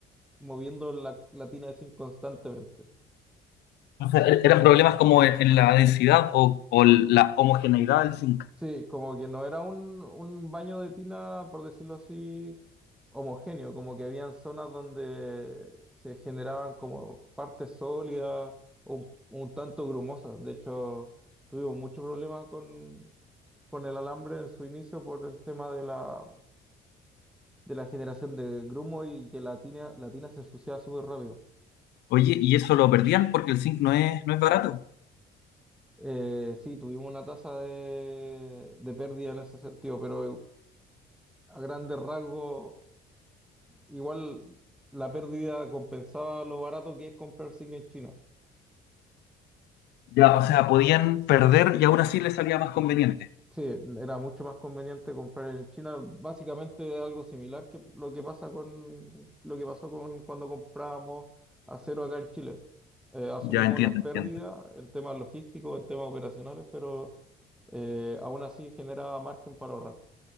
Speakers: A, in the centre; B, on the left.
A: moviendo la, la tina de zinc constantemente.
B: O sea, er- eran problemas como en en la densidad o, o la homogeneidad del zinc.
A: Sí, como que no era un, un baño de tina, por decirlo así, homogéneo, como que habían zonas donde se generaban como partes sólidas, un, un tanto grumosas. De hecho, tuvimos mucho problema con, con el alambre en su inicio por el tema de la, de la generación de grumo y que la tina, la tina se ensuciaba súper rápido.
B: Oye, y eso lo perdían porque el zinc no es, no es barato.
A: Eh, sí, tuvimos una tasa de, de pérdida en ese sentido, pero a grandes rasgos Igual la pérdida compensaba lo barato que es comprar zinc en China.
B: Ya, o sea, podían perder y aún así les salía más conveniente.
A: Sí, era mucho más conveniente comprar en China, básicamente algo similar que lo que pasa con lo que pasó con cuando comprábamos acero acá en Chile. Eh, asumimos
B: Ya entiendo,
A: las pérdidas
B: entiendo.
A: en temas logísticos, en temas operacionales, pero eh, aún así generaba margen para ahorrar.